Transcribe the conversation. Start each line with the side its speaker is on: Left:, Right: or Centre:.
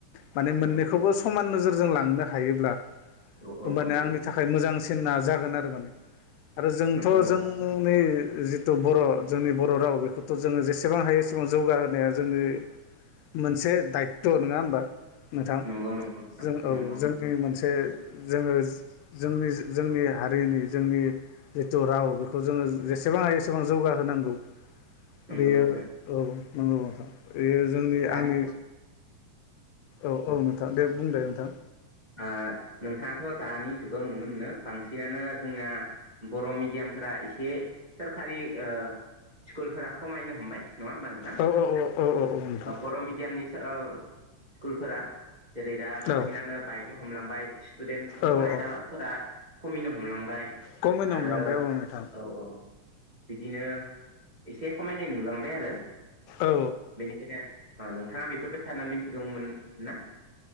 Left: माने‌
Right: नंगौ
Left: मोननैखौबो सम मान नोजोरजों लांनो हायोब्ला
Right: औ औ
Left: होमबानिया
Right: औ
Left: आंनि थाखाय मोजां सिना जागोन आरो माने आरो जोंथ'
Right: नंगौ नोंथां
Left: जोंनि जिथु बर' जोंनि बर' राव बेखौथ' जोङो जेसेबां हायो एसेबां जौगाहोनाया जोंनि मोनसे दायित्त' नङा होमबा नोंथां
Right: नंगौ नंगौ नोंथां
Left: जों औ
Right: नंगौ
Left: जोंनि मोनसे जोङो जोंनि-जोंनि हारिनि जोंनि जितु राव बेखौ जोङो जेसे बां हायो एसेबां जौगाहोनांगौ
Right: नंगौ
Left: बेयो
Right: नोंथां
Left: औ नंगौ नोंथां बेयो जोंनि
Right: दानि
Left: आंनि औ औ नोंथां दे बुंदो नोंथां
Right: आ नोंथाङाथ' दानि जुगाव नुनो मोनो बांसिनानो जोंना बर' मिडियामफोरा एसे सोरखारि ओ स्कुलफोरा खमायनो हमबाय नङा होमबा नोंथां
Left: औ औ औ औ औ औ नोंथां
Right: बर' मिडियामनि <unintelligible> ओ स्कुलफोरा जेरै दा बांसिनानो
Left: औ
Right: बायनो हमलांबाय स्टुडेन्ट
Left: औ
Right: फरायसाफोरा
Left: औ
Right: खमिनो हमलांबाय
Left: खमायनो
Right: आरो
Left: हमलांबाय औ नोंथां
Right: औ औ बिदिनो एसे खमायनाय नुलांबाय आरो
Left: औ
Right: बेनिखायनो ओ नोंथाङा बेफोरबाय सानो मिथिगौमोन ना